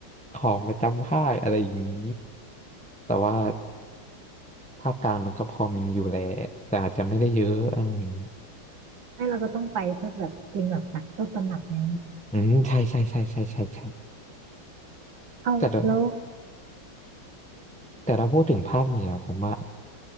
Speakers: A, in the centre; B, on the right.
A: ของประจำภาคอะไรอย่างนี้แต่ว่าภาคกลางมันก็พอมีอยู่แหละแต่อาจจะไม่ได้เยอะอะไรอย่างนี้
B: ไม่เราก็ต้องไปเพื่อจะแบบกินแบบตักต้นตำรับไง
A: อืมใช่ใช่ใช่ใช่ใช่ใช่
B: เอาแล้ว
A: แต่ละแต่ถ้าพูดถึงภาคเหนือผมว่า